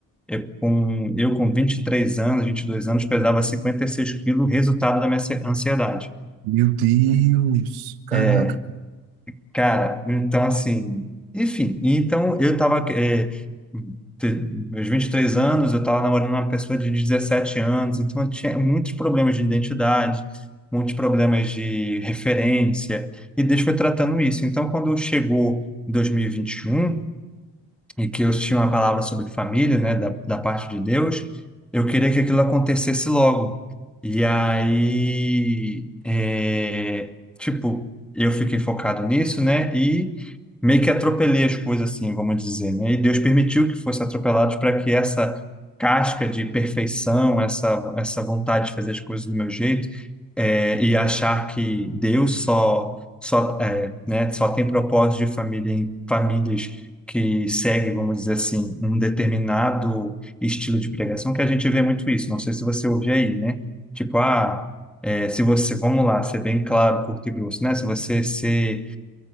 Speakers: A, in the centre; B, on the right.
A: eu com, eu com 23 anos, 22 anos, pesava 56 quilos, resultado da minha ansi- ansiedade.
B: Meu Deus, caraca.
A: É, Cara, então assim, enfim, então eu tava, é, te- meus 23 anos, eu tava namorando uma pessoa de 17 anos, então eu tinha muitos problemas de identidade, muitos problemas de referência, e Deus foi tratando isso. Então, quando chegou dois mil e e vinte e um e que eu tinha uma palavra sobre família, né, da, da parte de Deus, eu queria que aquilo acontecesse logo. E aí, é, tipo, eu fiquei focado nisso, né, e meio que atropelei as coisas assim, vamos dizer, né, e Deus permitiu que fosse atropelado para que essa casca de perfeição, essa, essa vontade de fazer as coisas do meu jeito, é, e achar que Deus só, só, é, né, só tem propósito de família em famílias que segue, vamos dizer assim, um determinado estilo de pregação, que a gente vê muito isso. Não sei se você ouve aí, né? Tipo, ah, é, se você, vamos lá, ser bem claro, curto e grosso, né? Se você ser,